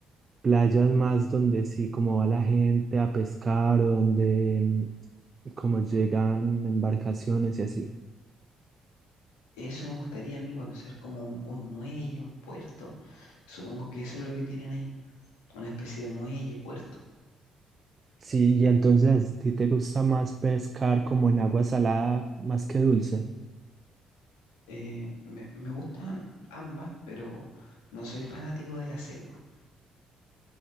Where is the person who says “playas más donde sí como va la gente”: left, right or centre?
Right